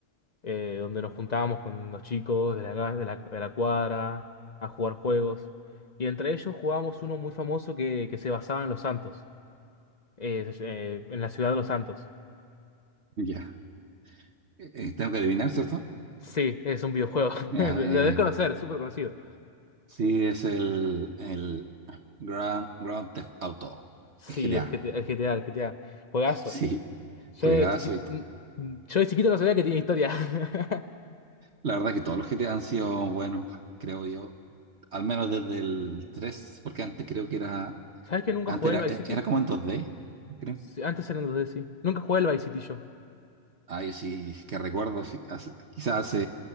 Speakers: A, on the left; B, on the right.
A: eh, donde nos juntábamos con los chicos de la, ca- de la, de la cuadra a jugar juegos. Y entre ellos jugábamos uno muy famoso que, que se basaba en Los Santos, eh, se- ll- eh, en la ciudad de Los Santos.
B: Ya. Eh, eh, tengo que adivinar, ¿cierto?
A: Sí, es un videojuego. <laughs>
B: Ya,
A: Lo
B: eh,
A: debes conocer, es súper conocido.
B: sí, es el, el Grand, Grand Theft Auto.
A: Sí,
B: GTA.
A: el GTA, el GTA, el GTA. Juegazo.
B: Sí,
A: Yo
B: juegazo
A: de chiquito,
B: y todo.
A: yo de chiquito no sabía que tenía historia. <laughs>
B: La verdad que todos los GTA han sido buenos, creo yo. Al menos desde el 3, porque antes creo que era.
A: ¿Sabes que nunca
B: Antes
A: jugué
B: era,
A: el Vice
B: e,
A: City?
B: era como en dos d creo.
A: Sí, antes eran 2D, sí. Nunca jugué el Vice City yo.
B: Ay, sí, que recuerdo, sí, hace- quizás hace